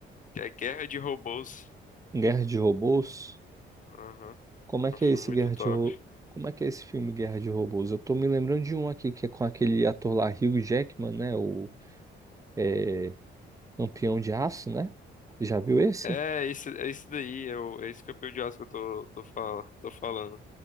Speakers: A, on the left; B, on the right.
A: que é Guerra de Robôs.
B: Guerra de Robôs?
A: Aham.
B: Como é
A: É
B: que
A: Um filme
B: é esse
A: muito
B: Guerra
A: top.
B: de Ro- Como é que é esse filme Guerra de Robôs? Eu tô me lembrando de um aqui que é com aquele ator lá, Hugh Jackman, né? O, é, Lampião de Aço, né? Já viu esse?
A: É, esse, é esse daí, é, o, é esse campeão de Oscar que eu tô, tô, fal- tô falando.